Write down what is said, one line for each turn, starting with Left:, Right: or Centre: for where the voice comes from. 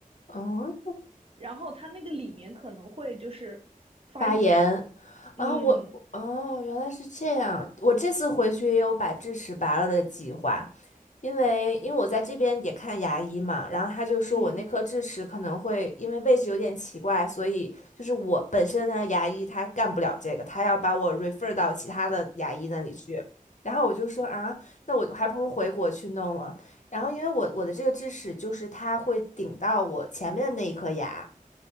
Left: 哦，
Right: 然后它那个里面可能会就是发炎，
Left: 拔牙啊，
Right: 嗯
Left: 我哦，原来是这样。我这次回去也有把智齿拔了的计划，因为因为我在这边也看牙医嘛，然后他就说我那颗智齿可能会因为位置有点奇怪，
Right: 嗯
Left: 所以就是我本身的牙医他干不了这个，他要把我 refer 到其他的牙医那里去。然后我就说啊，那我还不如回国去弄了。然后因为我我的这个智齿就是它会顶到我前面的那一颗牙。